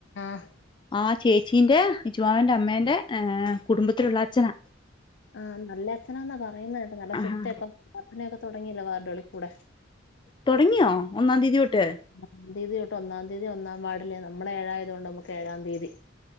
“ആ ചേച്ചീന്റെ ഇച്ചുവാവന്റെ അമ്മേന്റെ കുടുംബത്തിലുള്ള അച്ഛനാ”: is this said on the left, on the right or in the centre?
Left